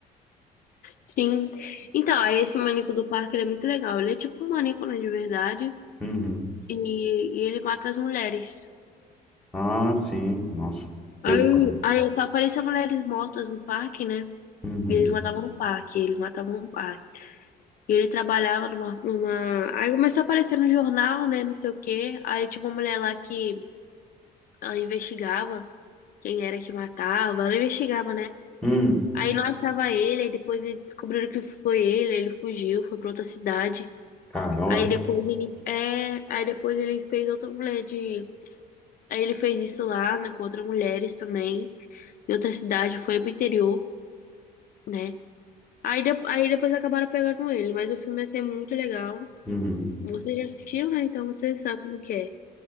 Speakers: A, on the left (about 55°); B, in the centre.
A: Sim. Então, esse maníaco do parque, ele é muito legal. Ele é tipo um maníaco, né, de verdade.
B: Uhum.
A: E, e ele mata as mulheres.
B: Ah, sim, nossa, pesado.
A: Aí, aí só apareciam mulheres mortas no parque, né?
B: Uhum.
A: E eles matavam no parque, eles matavam no parque. E ele trabalhava numa, numa... Aí começou a aparecer no jornal, né, não sei o quê. Aí tinha uma mulher lá que ela investigava quem era que matava. Ela investigava, né?
B: Uhum.
A: Aí não achava ele, aí depois eles descobriram que foi ele, aí ele fugiu, foi pra outra cidade.
B: Caramba.
A: Aí depois ele é, aí depois ele fez outra mulher de, aí ele fez isso lá, né, com outras mulheres também, em outra cidade, foi pro interior, né? Aí, de- aí depois acabaram pegando ele, mas o filme ia ser muito legal.
B: Uhum.
A: Você já assistiu, né? Então você sabe como que é.